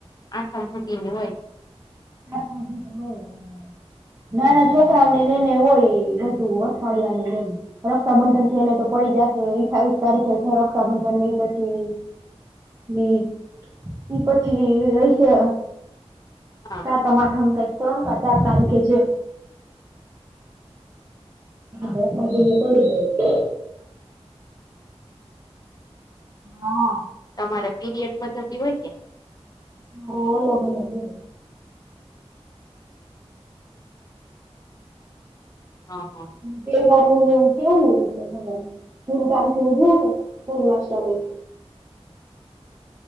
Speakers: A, on the left; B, on the right.
A: આ શાંતિ હોય.
B: ચાર પાંચ દીધા હોય ઓહ નાના છોકરાઓને એને હોય બધુ અઠવાડિયા ની એમ. રક્ષાબંધન થઈને તો પડી જશે અઠાવીસ તારીખે છે રક્ષાબંધન ની પછી હમ્મ પછી <unintelligible>
A: હા
B: સાતમ આઠમ કઈક ત્રણ કા ચાર તારીખે છે. <unintelligible> તોડી જાય છે. હા.
A: તમારા પિરીયડસ પ્ધતિ હોય કે?
B: <unintelligible>
A: હા હા
B: બ નું કેવું એટલે હ મૂ તારીખે ઉજવું તો જન્માષ્ટમી.